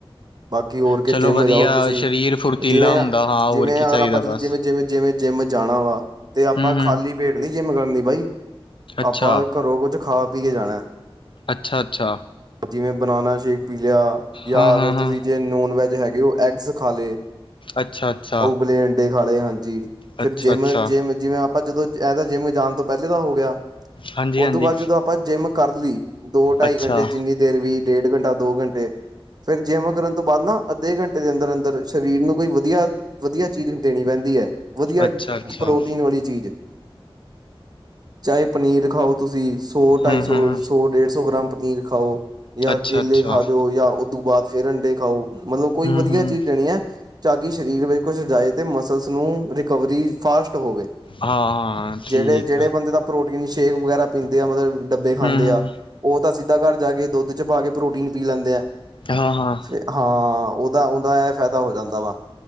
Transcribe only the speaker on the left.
ਚਲੋ
ਵਧੀਆ
ਸਰੀਰ ਫੁਰਤੀਲਾ
ਹੁੰਦਾ ਹਾਂ,
ਹੋਰ ਕੀ
ਚਾਹੀਦਾ
ਬਸ।
ਹਮ
ਹਮ
ਅੱਛਾ
ਅੱਛਾ, ਅੱਛਾ।
ਹਾਂ ਹਾਂ
ਹਾਂ
ਅੱਛਾ। ਅੱਛਾ।
ਅੱਛਾ
ਅੱਛਾ
ਹਾਂਜੀ
ਹਾਂਜੀ
ਅੱਛਾ
ਅੱਛਾ ਅੱਛਾ
ਹਮ
ਹਮ
ਅੱਛਾ
ਅੱਛਾ
ਹਮ
ਹਮ
ਹਾਂ-ਹਾਂ ਠੀਕ
ਆ
ਹੂੰ-ਹੂੰ
ਹਾਂ-ਹਾਂ